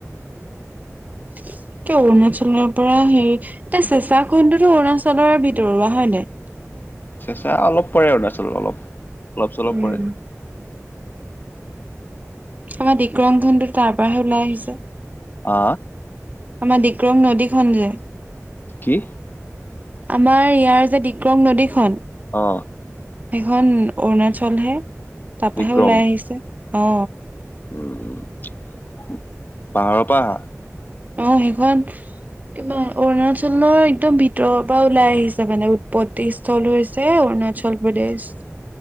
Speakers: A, on the right (about 30°); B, on the left (about 40°).
A: এ অৰুণাচলৰ পৰা সেই তে চেঁচা কুণ্ডটো অৰুণাচলৰে ভিতৰুৱা হয় নাই
B: চেচা অলপ পৰে অৰুণাচলত অলপ অলপ চলপ
A: উম
B: পৰে
A: আমাৰ ডিক্ৰং ধনতো তাৰ পৰাহে ওলাই আহিছে
B: আ
A: আমাৰ ডিক্ৰং নদী খন যে
B: কি?
A: আমাৰ ইয়াৰ যে ডিক্ৰং নদীখন
B: অ
A: সেইখন অৰুণাচলহে তাপাহে
B: বিক্ৰম
A: ওলাই আহিছে অ
B: উম পাহাৰৰ পৰা আহা
A: অ সেখন ইমা অৰুণাচলৰ একদম ভিতৰৰ পৰা ওলাই আহিছে মানে উৎপত্তি স্থল হৈছে অৰুণাচল প্ৰদেশ।